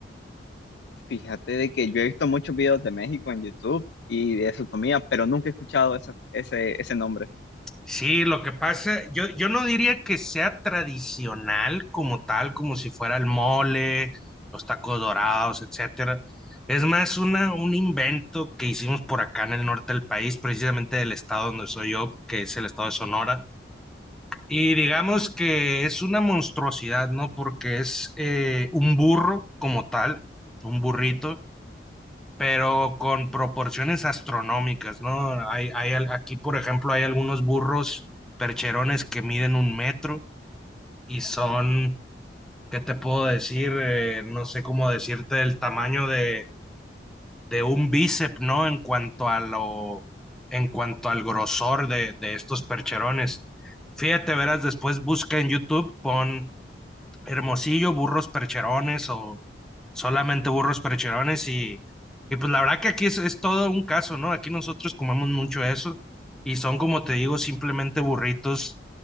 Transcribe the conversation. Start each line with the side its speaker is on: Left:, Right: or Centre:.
Left: Fíjate de que yo he visto muchos videos de México en YouTube y de su comida, pero nunca he escuchado esa- ese, ese nombre.
Centre: Sí, lo que pasa, yo, yo no diría que sea tradicional como tal, como si fuera el mole, los tacos dorados, etcétera. Es más una, un invento que hicimos por acá en el norte del país, precisamente del estado donde soy yo, que es el estado de Sonora. Y digamos que es una monstruosidad, ¿no? Porque es eh, un burro como tal, un burrito, pero con proporciones astronómicas, ¿no? Hay, hay, al- aquí, por ejemplo, hay algunos burros percherones que miden un metro y son, ¿qué te puedo decir? Eh, no sé cómo decirte el tamaño de, de un bíceps, ¿no? En cuanto a lo, en cuanto al grosor de, de estos percherones. Fíjate, verás, después busca en YouTube, pon Hermosillo, burros percherones o solamente burros percherones y, y pues la verdad que aquí es, es todo un caso, ¿no? Aquí nosotros comemos mucho eso y son como te digo, simplemente burritos